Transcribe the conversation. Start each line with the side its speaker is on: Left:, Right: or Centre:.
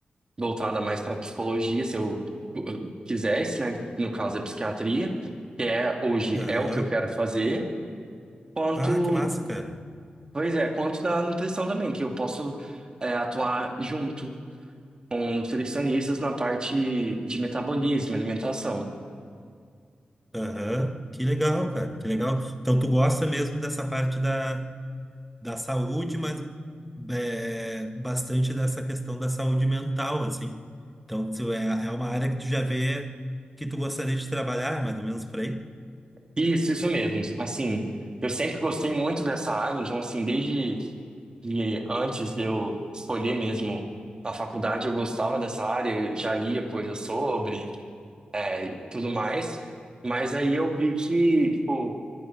Right: voltada mais para psicologia, se eu eu quisesse, né? No caso é psiquiatria, que é hoje
Centre: Aham.
Right: é o que eu quero fazer, quanto,
Centre: Ah, que massa, cara.
Right: pois é, quanto da nutrição também, que eu posso é, atuar junto com nutricionistas na parte de metabolismo, alimentação.
Centre: Aham. Que legal, cara. Que legal. Então tu gosta mesmo dessa parte da, da saúde, mas é, bastante dessa questão da saúde mental, assim. Então tu é, é uma área que tu já vê que tu gostaria de trabalhar, mais ou menos por aí?
Right: Isso, isso mesmo. Assim, eu sempre gostei muito dessa área, então, assim, desde que antes de eu escolher mesmo a faculdade, eu gostava dessa área, eu já lia coisas sobre, é, e tudo mais. Mas aí eu vi que, tipo,